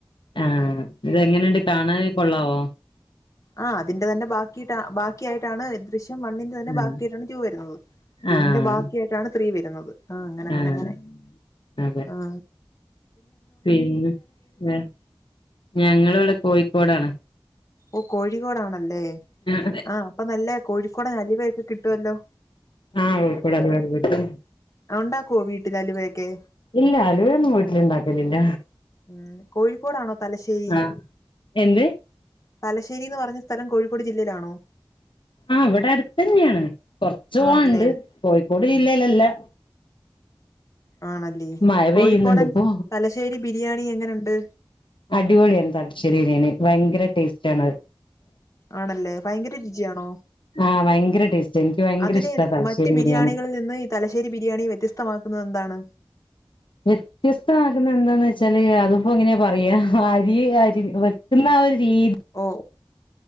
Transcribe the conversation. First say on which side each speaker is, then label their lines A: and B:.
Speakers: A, on the left (about 65°); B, on the left (about 35°).
A: ആഹ ഇതെങ്ങനെയ്ണ്ട് കാണാൻ കൊള്ളാവോ
B: ആഹ അതിന്റെ തന്നെ ബാക്കിട്ട ബാക്കിയായിട്ടാണ് ദൃശ്യ വണ്ണിന്റെ തന്നെ
A: ആഹ്
B: ബാക്കിയായിട്ടാണ് ടൂ വരുന്നത് ടൂവിന്റെ
A: ആഹ്
B: ബാക്കി ആയിട്ടാണ് ത്രീ വരുന്നത് ആഹ അങ്ങന അങ്ങനെ
A: ആഹ്
B: അങ്ങനെ
A: അതെ
B: ആഹ
A: പിന്നെ ഞങ്ങള് ഇവിടെ കോഴിക്കോടാണ്
B: ഓ കോഴിക്കോടാണല്ലേ
A: അതെ
B: ആ് അപ്പൊ നല്ല കോഴിക്കോടൻ അലുവയൊക്കെ കി കിട്ടുല്ലോ
A: ആഹ കോഴിക്കോട് അലുവ ഒക്കെ കിട്ടും
B: ആ, ഉണ്ടാക്കുവോ വീട്ടിൽ അലുവയൊക്കെ
A: ഇല്ല അലുവയൊന്നും വീട്ടില് ഉണ്ടാക്കലില്ല
B: ഉം കോഴിക്കോടാണോ തലശ്ശേരി
A: ആഹ് എന്ത്
B: തലശ്ശേരിന്ന് പറഞ്ഞ- സ്ഥലം കോഴിക്കോട് ജില്ലയിലാണോ
A: ആ ഇവിടെ അടുത്ത് തന്നെയാണ് കൊറച്ചു പോവാനുണ്ട്
B: ആണല്ലേ
A: കോഴിക്കോട്
B: ഉം
A: ജില്ലയിലല്ലാ
B: ആണല്ലേ
A: മഴ പെയ്യുന്നുണ്ട്
B: കോഴിക്കോടൻ
A: ഇപ്പൊ
B: തലശ്ശേരി ബിരിയാണി എങ്ങനുണ്ട്
A: അടിപൊളിയാണ് തലശ്ശേരി ബിരിയാണി. ഭയങ്കര ടേസ്റ്റാണത്.
B: ആണല്ലേ ഭയങ്കര രുചിയാണോ?
A: ആഹ് ഭയങ്കര ടേസ്റ്റ് എനിക്ക് ഭയങ്കര
B: അതിനെ
A: ഇഷ്ടാ തലശ്ശേരി
B: മറ്റു ബിരിയാണികളിൽ
A: ബിരിയാണി
B: നിന്ന് ഈ തലശ്ശേരി ബിരിയാണി വ്യത്യസ്തമാക്കുന്നത് എന്താണ്?
A: വ്യത്യസ്തമാകുന്ന എന്താന്ന് വെച്ച് വച്ചാല് അതിപ്പോ എങ്ങനെയാ പറയാ അരി അരി വെക്കുന്ന ഒരു രീതി
B: ഓ